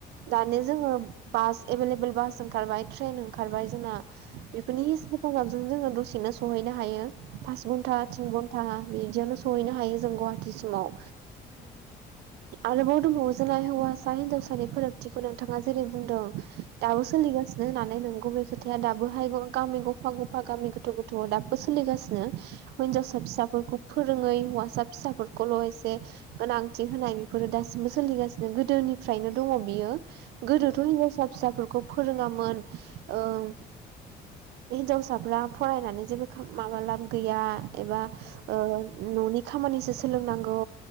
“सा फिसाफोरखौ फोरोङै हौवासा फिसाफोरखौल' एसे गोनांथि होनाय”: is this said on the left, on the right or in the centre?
Right